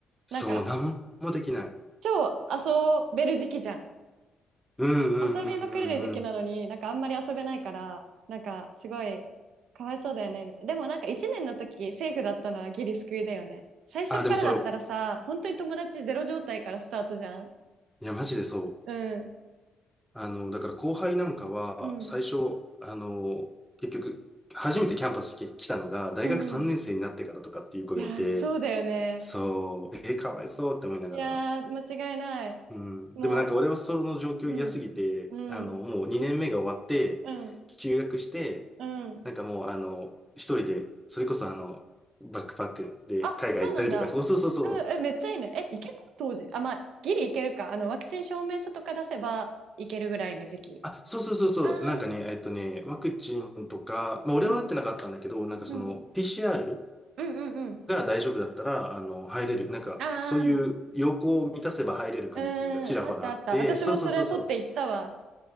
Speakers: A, in the centre; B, on the right.
A: そう、
B: なんか
A: なんもできない。
B: 超遊べる時期じゃん
A: うんうんうんうんうん。
B: 遊びまくれる時期なのになんかあんまり遊べないからなんかすごいかわいそうだよねみたいなでもなんか1年の時セーフだったのはギリ救いだよね最初からだったらさ本当に友達ゼロ状態からスタートじゃん
A: あ、でもそれを、いや、マジでそう。
B: うん
A: あの、だから後輩なんかは、
B: うん
A: 最初、あの、結局、初めてキャンパスに来たのが、大学3年生になってからとかっていう子がいて、
B: うんいやーそうだよね
A: そう、えー、かわいそうって思いながら、
B: いやー間違いない
A: うん。
B: も
A: でもなんか俺はその状況嫌すぎて、
B: ううんうん
A: あの、もう2年目が終わって、
B: うん
A: 休学して、
B: うん
A: なんかもうあの、一人で、それこそあの、バックパックで海外行ったりとか、
B: あそうなんだうんえめっちゃいいねえいけた当時あまあギリいけるかあのワクチン証明書とか出せばいけるぐらいの時期
A: そうそうそうそう。あ、そうそうそうそう。
B: ああ
A: なんかね、えっとね、ワクチンとか、まあ俺は打ってなかったんだけど、
B: うん。
A: なんかその
B: うん。
A: PCR
B: うんうんうん。
A: が大丈夫だったら、あの、入れる、なんかそういう要項を満たせば入れる国っていうのがちらほらあって、
B: ああ、うん。あったあった。私もそれ取って行ったわ。
A: そうそうそうそう。